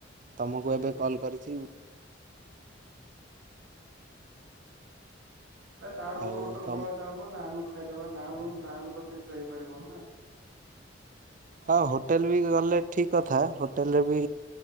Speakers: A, on the right; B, on the right.
A: ତମକୁ
B: ଠିକ
A: ଏବେ
B: ଅଛି।
A: କଲ୍ କରିଛି।
B: ଏ ତାଠୁ ଭଲ
A: ଆଉ
B: ହୋଟେଲ
A: ତମ
B: ପଳା ଚାଲୁନୁ ନାନ୍ ଖାଇଦବା ନାନୁ ନାନ୍ ରେ ତ ଫିଷ୍ଟ୍ ହେଇପାରିବନି ନା।
A: ହଁ ହୋଟେଲ୍ ବି ଗଲେ ଠିକ୍ କଥା ହୋଟେଲ୍ ରେ ବି